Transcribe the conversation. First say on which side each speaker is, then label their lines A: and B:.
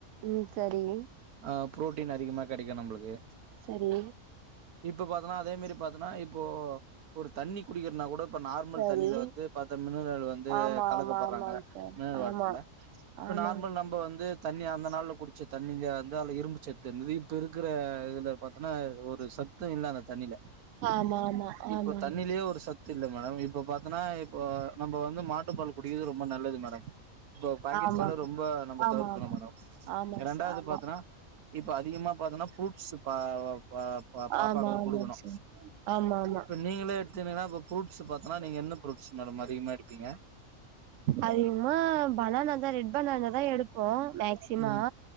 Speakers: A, on the right (about 70°); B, on the right (about 85°).
A: ம் சரி
B: ஆ புரோட்டீன் அதிகமா கெடைக்கு நம்ளுக்கு
A: சேரி
B: இப்ப பாத்தனா அதே மாரி பாத்தனா இப்போ ஒரு தண்ணி குடிக்கிறனா கூடக் இப்ப நார்மல்
A: சரி
B: தண்ணில வந்து பாத்தா மினரல் வந்து
A: ஆமா
B: கலக்கபட்றாங்க
A: ஆமா ஆமாங்க சார்
B: மினரல் வாட்டர்ல
A: ஆமா
B: இப்ப
A: ஆமா
B: நார்மல் நம் ப வந்து தண்ணி அந்த நாள்ல குடிச்ச தண்ணிய வந்து அதுல இரும்புசத்து இருந்தது இப்ப இருக்கற இதுல பாத்தனா ஒரு ஒரு சத்து இல்ல அந்த தண்ணில
A: ஆமா ஆமா
B: இப்போ
A: ஆமாங்க
B: தண்ணிலயே ஒரு சத் துல்ல மேடம் இப்ப பாத்தனா இப்போ நம்ம வந்து மாட்டுப்பால் குடிகறது ரொம்ப நல்லது மேடம் இப்போ பாக்கெட்
A: ஆமாங்க
B: பாலு ரொம்போ நம்ம
A: ஆமா
B: தவிர்க்கணு
A: ஆமா
B: மேடம்
A: ஆமா
B: ரெண்டாவது
A: ச ஆமா
B: பாத்தனா இப்ப அதிகமா பாத்தனா ஃப்ரூட்ஸ் பா பா பாப்பாங்ளுக்கு
A: ஆமா ஆமா
B: குடுக்கணு
A: சார் ஆமா ஆமா
B: இப்ப நீங்களே எடுத்தீங்கனா இப்ப ப்ரூட்ஸ் பாத்தனா நீங்க என்ன ஃப்ரூட்ஸ் மேடம் அதிகமா எடுப்பீங்க
A: அதிகமா பனானா தான் ரெட் பனான தா எடுப்போ மேக் சிமா
B: ம்